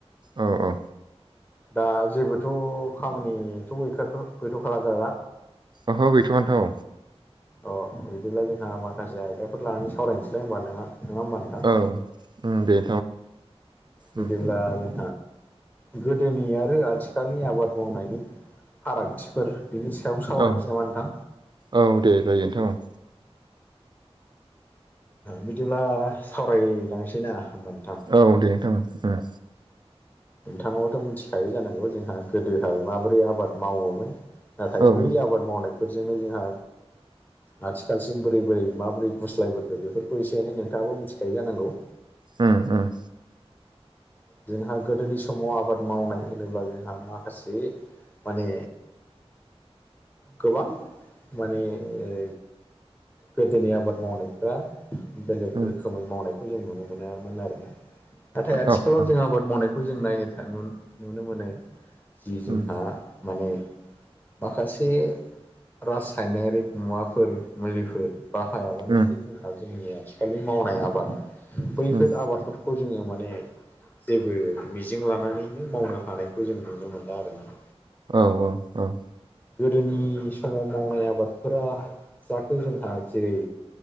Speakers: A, on the right (about 45°); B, on the left (about 15°).
A: औ औ
B: दा जेबोथ' खामानिथ' गैखाथ' गैथ'खाला दा
A: ओहो गैथ'आ नोंथां
B: अ बिदिब्ला जोंहा माखासे आयदाफोर लानानै सावरायनोसैलाय होनबा नङा नङा होमबा नो
A: औ उम दे।
B: बिदिब्ला
A: उम
B: आरो गोदोनि आरो आथिखालनि आबाद मावनायनि फारागथिफोर बिनि सायाव सावरायनोसै
A: औ
B: नामा नोंथां?
A: औ दे नोथां।
B: बिदिब्ला ओ सावरायलांसै ना होमबा नोंथां।
A: औ दे नोंथां उम।
B: नोंथाङाबथ' मिथिखायो जानांगौ जोंहा गोदोहाय माबोरै आबाद मावोमोन? नाथाय
A: औ
B: बै
A: उम
B: आबाद मावनायफोरजोंनो जोंहा आथिखालसिम बोरै बोरै माबोरै गुस्लायबोखो बेफोरखौ एसे एनै नोंथाङाबो मिथिखायो जानांगौ।
A: ओम।
B: जोंहा गोदोनि समाव आबाद मावनाय होनोब्ला जोंहा माखासे माने गोबां माने ओ गोदोनि आबाद मावनायफ्रा बेलेग
A: उम
B: रोखोमै मावनायखौ जों नुनो मोनामोन आरोना नाथाय आथिखालाव
A: औ औ
B: जोंहा आबाद मावनायखौ जों नायनो था नुनो मोनो जि जोंहा
A: उम
B: माने माखासे रासायनायरिक मुवाफोर मुलिफोर बाहायाबानो
A: उम
B: जे जोंहा जोंनि आथिखालनि मावनाय आबाद बैफोर
A: उम
B: आबादफोर खौ जोङो माने जेबो मिजिं लानानैनो मावनो हानायखौ जों नुनो मोनला आरोना।
A: औ औ औ।
B: गोदोनि समाव मावनाय आबादफोरा जाखो जोंहा जेरै